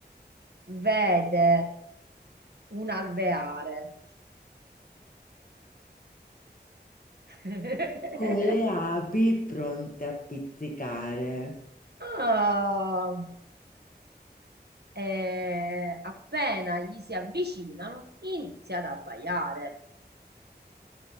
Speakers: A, on the right; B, on the left.
A: vede un alveare. <laughs>
B: con le api pronte a pizzicare.
A: Ah, eh, appena gli si avvicinano, inizia ad abbaiare.